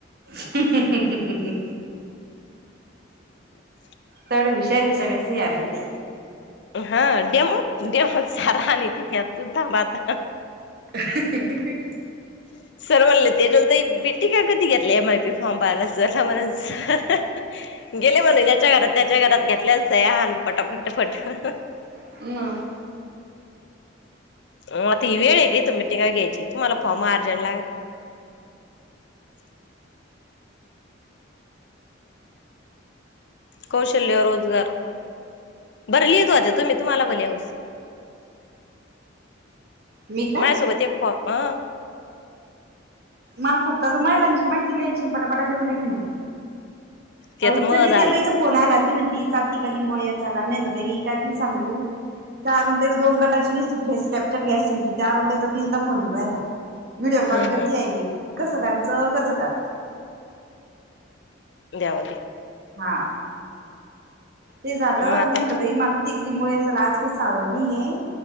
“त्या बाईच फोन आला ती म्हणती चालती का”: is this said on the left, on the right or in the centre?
Right